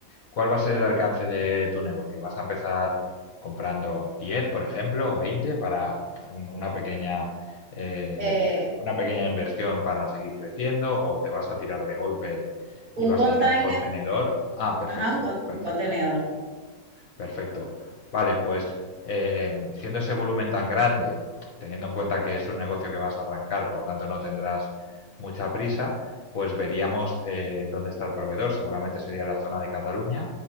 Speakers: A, on the left; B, on the right.
A: ¿Cuál va a ser el alcance de tu negocio? ¿Vas a empezar comprando 10, por ejemplo, o 20 para un- una pequeña, eh,
B: Eh,
A: una pequeña inversión para seguir creciendo? ¿O te vas a tirar de golpe y
B: un
A: vas
B: container,
A: a llenar un contenedor? Ah, perfecto,
B: ajá, un, con-
A: perfecto.
B: un contenedor.
A: Perfecto. Vale, pues eh, em, siendo ese volumen tan grande, teniendo en cuenta que es un negocio que vas a arrancar, por tanto no tendrás mucha prisa, pues veríamos eh, dónde está el proveedor. Seguramente sería la zona de Cataluña